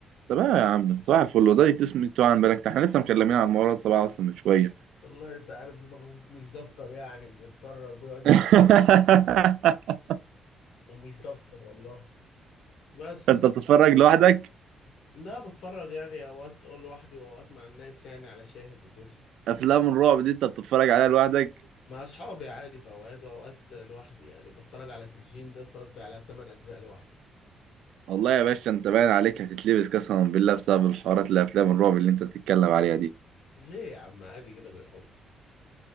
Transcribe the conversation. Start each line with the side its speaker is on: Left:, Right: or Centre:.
Right: طب إيه يا عم صباح الفل هو ده اسمه انتوا عن بالك احنا لسه مكلمين عن الموضوع ده طبعا اصلا من شويه
Left: والله انت عارف دماغه مش دفتر يعني بيتفرج بيقعد
Right: <laughs>
Left: يتفرج ومش دفتر والله بس
Right: انت بتتفرج لوحدك
Left: لا بتفرج يعني اوقات أه لوحدي واوقات مع الناس يعني على شاهد وكده
Right: افلام الرعب دي انت بتتفرج عليها لوحدك
Left: مع اصحابي عادي في اوقات واوقات لوحدي يعني بتفرج على سجين ده اتفرجت على 8 اجزاء لوحدي
Right: والله يا باشا انت باين عليك هتتلبس قسما بالله بسبب الحوارات اللي افلام الرعب اللي انت بتتكلم عليها
Left: ليه يا عم عادي كده بالحب